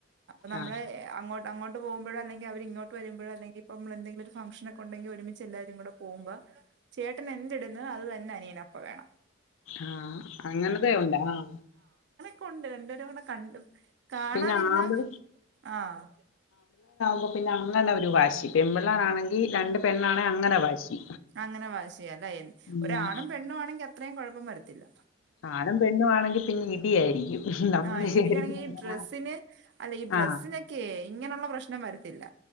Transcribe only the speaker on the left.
ആ
ആഹ് അങ്ങനതെ ഉണ്ടാ ആഹ്
പിന്നെ ആമ്പിൾ
വുബോ പിന്നെ അങ്ങനൊരു വാശി പെമ്പിള്ളേരാണെങ്കി രണ്ട് പെണ്ണാണെ അങ്ങനെ വാശി
ഉം.
ആണും പെണ്ണും ആണെങ്കിൽ പിന്നെ ഇ ഇടിയായിരിക്കും നമ്മൾ
വിചാരിക്കുന്ന
പോലെ
ആ